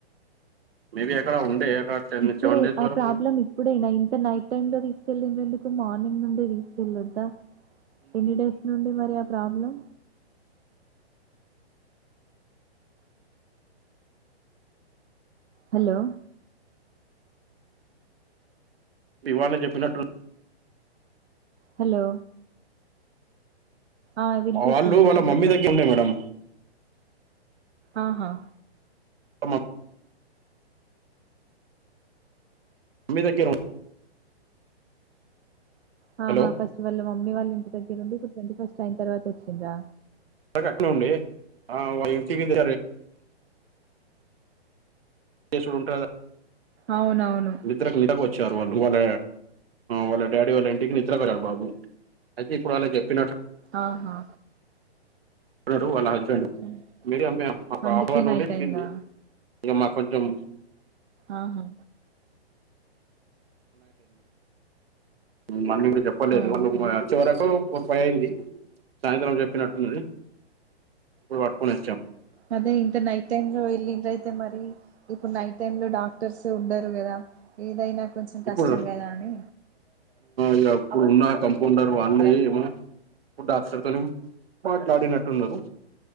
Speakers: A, on the right (about 60°); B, on the right (about 75°).
A: మేబి అక్కడ ఉండే అక్కడ టెన్
B: ఇప్పుడే
A: సెవెన్ డేస్
B: ఆ
A: వరకు
B: ప్రాబ్లం ఇప్పుడైనా ఇ నైట్ టై లో తీ తీసుకెళ్ళన ఎందుకు మార్నింగ్ నుండి తీసుకెళ్ళొద్దా ఎనీ డేస్ నుండి మరి ఆ ప్రాబ్లం హలో
A: ఇవాళనే చెప్పినట్టు
B: హలో ఆ! వినిపిస్తుంది.
A: వాళ్ళు వాళ్ళ
B: ఇప్పుడు
A: మమ్మీ
B: చెప్పండి.
A: దగ్గర ఉండే మేడం
B: ఆహా
A: <unintelligible> మామ్మి దగ్గిర
B: హా
A: హలో
B: ఫస్ట్ వాళ్ళ మమ్మీ వాళ్ళ ఇం దగ్గరుండి ట్వంటీ ఫస్ట్ అయిన తర్వాత వచ్చిండ్రా
A: కట్న ఉండి ఇంటికిని ఏ చూడు ఉంటారు
B: అవునవును.
A: నిదరక <unintelligible> వచ్చ వాళ్ళు వాళ్ళ వాళ్ళ డాడీ వాళ్ళ ఇంటికి నిద్ర కి పోయాడు బాబు అయితే ఇప్పుడు వాళ్ళ చెప్పినట్టు
B: ఆహా
A: <unintelligible>
B: హ్మ్.
A: మీ అమ్మ ఒక
B: అందుకే
A: హాఫ్ అవర్ నుండి
B: నైట్ అయిందా?
A: ఉంది ఇంక మా కొంచం
B: ఆహా
A: మార్నింగ్ చెప్పలేదు
B: ఆహా!
A: వాళ్ళు వచ్చి వరకు ముప్పై అయింది సాయంత్రం చెప్పినట్టున్నది ఇప్పుడు పట్టుకునే
B: అదే ఇంత నైట్ టైమ్ లో వెళ్ళిన్దయితే మరి ఇప్పుడు నైట్ టైమ్‌లో డాక్టర్స్ ఉండరు కదా ఏదైనా కొంచెం కష్టం
A: ఇప్పుడు
B: గదా అని
A: ఇక ఇప్పుడు ఉన్న కంపౌండర్ వాన్న ఏమో ఇప్పు డాక్టర్తోనే మాట్లాడినట్టు ఉన్నారు